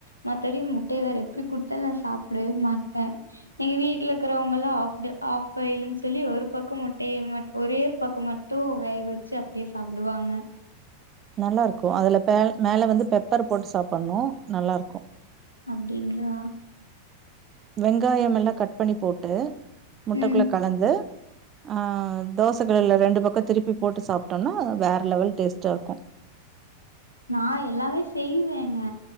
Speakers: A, on the left; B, on the right.
A: மத்தபடி முட்டய வேற எப்டி குடுத்தாலு நா சாப்டவே மாட்டே எங்க வீட்ல இருக்கிறவங்கல்லாம் ஆஃபடு ஆஃப் பாய்ல்னு சொல்லி ஒரு பக்கோ முட்டைய மட் ஒரே ஒரு பக்கோ மட் டு வேக வச்சு அப்டியே சாப்டுவாங்க
B: நல்லாருக்கு அதுல பேல மேல வந்து பெப்பர் போட்டு சாப்டணு நல்லாருக்கு
A: அப்டிங்களா
B: வெங்காயமெல்லா கட் பண்ணி போட்டு முட்டக்குள்ள
A: ம்
B: கலந்து ஆ தோசைகள்ல ரெண்டு பக்கோ திருப்பி போட்டு சாப்ட்டோம்னா வேற லெவல் டேஸ்ட்டாருக்கு
A: நா எல்லாமே செய்வேங்க